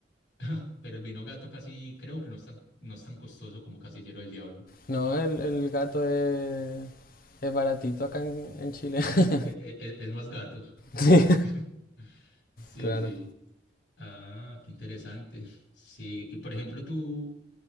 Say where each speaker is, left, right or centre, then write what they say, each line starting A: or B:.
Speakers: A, on the left (about 85°); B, on the left (about 55°).
A: <laughs> Pero el vino gato casi creo que no es tan, no es tan costoso como Casillero del Diablo.
B: No, el, el gato es, es baratito acá en, en Chile. <laughs>
A: E- e- e- Es más gato.
B: Sí,
A: <laughs> Sí,
B: claro.
A: sí. Ah, qué interesante. Sí, y por ejemplo, tú,